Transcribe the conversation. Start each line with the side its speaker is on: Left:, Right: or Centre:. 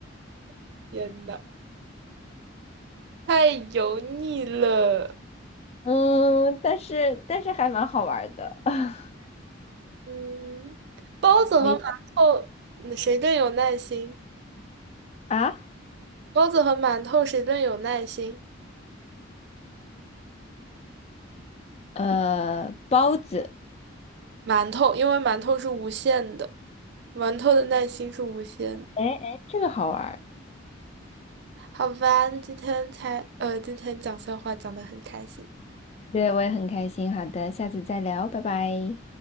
Right: <laughs> 天呐，太油腻了。
Left: 嗯，但是但是还蛮好玩儿的。<laughs>
Right: 嗯，包子和馒头，
Left: 哎，
Right: 嗯谁更有耐心？
Left: 啊，
Right: 包子和馒头谁更有耐心？
Left: 呃，包子，
Right: 馒头，因为馒头是无限的，馒头的耐心是无限的。
Left: 哎哎，这个好玩儿
Right: 好吧，今天才呃，今天讲笑话讲得很开心。
Left: 对，我也很开心。好的，下次再聊，拜拜。